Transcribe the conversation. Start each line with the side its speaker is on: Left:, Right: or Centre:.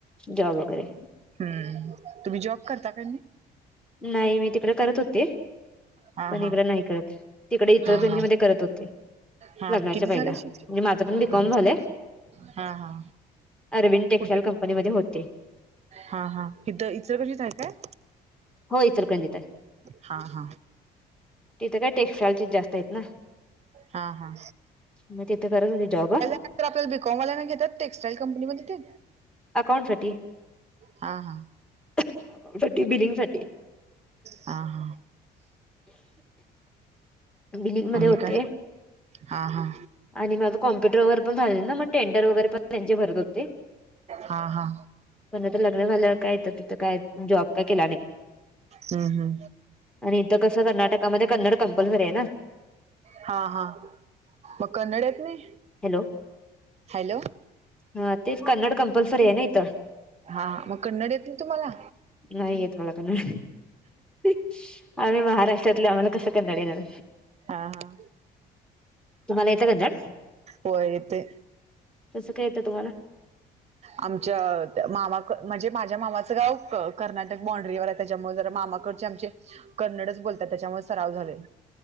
Centre: जॉब वगैरे
Right: हम्म, तुम्ही जॉब करता का नाही
Centre: नाई, मी तिकडं करत होते.
Right: हा
Centre: पण
Right: हा
Centre: इकडं नाही करत. तिकडे इचलकरंजी
Right: हा हा
Centre: मध्ये करत होते.
Right: हा
Centre: लग्नाच्या
Right: किती
Centre: पहिला
Right: झालं
Centre: म्हणजे
Right: शिक्षण?
Centre: माझं पण बीकॉम
Right: आमचं
Centre: झालंय
Right: हा हा.
Centre: अरविंद टेक्स्टाइल
Right: कुठे
Centre: कंपनीमध्ये होते.
Right: हा हा, हितं इचलकरंजीत हाय काय?
Centre: हो इचलकरंजित ए.
Right: हा हा
Centre: तिथे काय टेक्स्टाइलचे जास्त हेत ना,
Right: हा हा
Centre: मग तिथे करत होते जॉब.
Right: नाई पण आपल्या बीकॉमवाल्यांना घेतात टेक्स्टाइल कंपनीमध्ये ते?
Centre: अकाउंट साठी.
Right: हा हा
Centre: अकाउंट साठी, बिलिंग साठी.
Right: हा हा,
Centre: बिलिंग मध्ये
Right: आणि
Centre: होते
Right: काय? हा हा.
Centre: आणि माझं कॉम्प्युटर वगैर पण झालेलं ना, मग टेंडर वगैरे पण त्यांचे भरत होते
Right: हा हा.
Centre: पण आता लग्न झाल्यावर काय, हिथं तिथं काय, जॉब काय केला नाई.
Right: हू हू.
Centre: आणि हितं कसं, कर्नाटकामध्ये कन्नड कंपल्सरी ए ना
Right: हा हा, मग कन्नड येत नई?
Centre: हॅलो
Right: हॅलो
Centre: ह तेच, कन्नड कम्पलसरी आहे ना इथ.
Right: हा, मग कन्नड येत नही तुम्हाला?
Centre: नाही येत मला कन्नड. आम्ही महाराष्ट्र महाराष्ट्रातले आहोत. आम्हाला कस कन्नड येणार.
Right: हा हा
Centre: तुम्हाला येत कन्नड.
Right: होय येते
Centre: कस काय येत तुम्हाला?
Right: आमच्या त्या मामा क म्हणजे माझ्या मामाच गाव क कर्नाटक बांड्रीवर आहे. त्याच्यामुळे जरा मामाकडचे आमचे कन्नडच बोलतात. त्याच्यामुळे सराव झालाय.